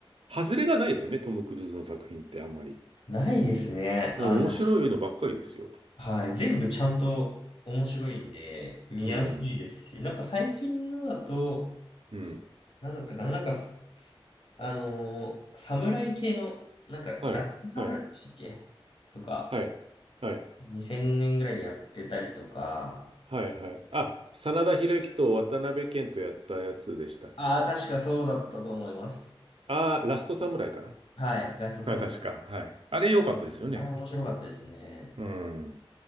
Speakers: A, on the right; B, on the left.
A: あ、外れがないですよね。トム・クルーズの作品ってあんまり。
B: ないですね。
A: うん、
B: あの、
A: 面白いのばっかりですよ。
B: はい。全部ちゃんと面白いんで、見やすいですし、
A: うん。
B: なんか最近のだと、
A: うん。
B: なんだったかな、なんかす、すあのー侍系の、なんか、
A: はい。
B: ラット侍でしたっけとか、
A: はい。はい。はい。
B: 2000年ぐらいにやってたりとか、
A: はいはい。あ、真田広之と渡辺謙とやったやつでしたっけ
B: ああ、確かそうだったと思います。
A: ああー、ラストサムライかな
B: はい。ラストサムライ。
A: あ、確か。はい。あれ良かったですよね。
B: あれ面白かったですね。
A: うん。